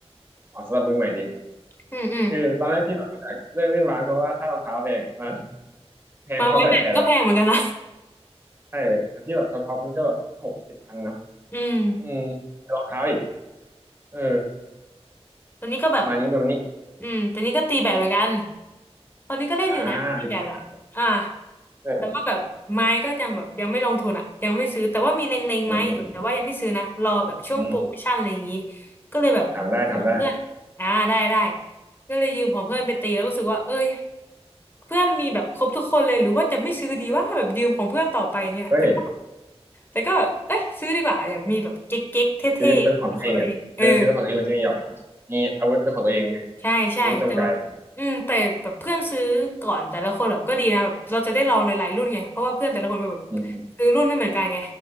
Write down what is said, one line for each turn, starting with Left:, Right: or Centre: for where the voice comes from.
Right: ออกสำหรับมือใหม่ดี
Left: อืมอืม
Right: คือตอนแรกที่แบบเลิกเล่นบาสเพราะว่าค่ารองเท้าแพงอ่ะแพงเพราะแบตแทนละ
Left: มาไม้แบตก็แพงเหมือนกันนะ
Right: ใช่อันที่แบบท็อปๆมันก็แบบหกเจ็ดพันเนาะ
Left: อืม
Right: อืมรองเท้าอีกเออ
Left: ตอนนี้ก็แบบ
Right: ประมาณนี้ประมาณนี้
Left: อืมตอนนี้ก็ตีแบดเหมือนกัน
Right: อ่า
Left: ตอนนี้ก็เล่นอยู่นะ
Right: อ่านี่ประมาณนั้น
Left: ตีแบดอ่ะอ่า
Right: เออ
Left: แต่ว่าแบบไม้ก็ยังแบบยังไม่ลงทุนอ่ะยังไม่ซื้อแต่ว่ามีเล็งๆไม้อยู่แต่ว่ายังไม่ซื้อนะรอแบบช่วงโปรโมชั่นอะไรอย่างนี้
Right: อืมอืมอืม
Left: ก็เลยแบบยืมเพื่อนอ่าได้ได้
Right: ถามได้ถามได้
Left: ก็เลยยืมของเพื่อนไปตีแล้วก็รู้สึกว่าเอ้ยเพื่อนมีแบบครบทุกคนเลยหรือว่าจะไม่ซื้อดีว่าแบบยืมของเพื่อนต่อไปอย่างเงี้ยแต่ก็
Right: เฮ้ย
Left: แต่ก็เอ้ยซื้อดีกว่าอยากมีแบบเก๊กๆเท่ๆเป็นของตัวเองเออ
Right: ซื้อเป็นของตัวเองอ่ะเออซื้อของตัวเองมันจะมีแบบมีอาวุธเป็นของตัวเองไง
Left: ใช่ใช่แต่แบบอืมแต่แบบเพื่อนซื้อก่อนแต่ละคนแบบก็ดีนะแบบเราจะได้ลองหลายๆรุ่นไงเพราะว่าเพื่อนแต่ละคนก็แบบ
Right: อาวุธจำกายอืมอืม
Left: ซื้อรุ่นไม่เหมือนกันไง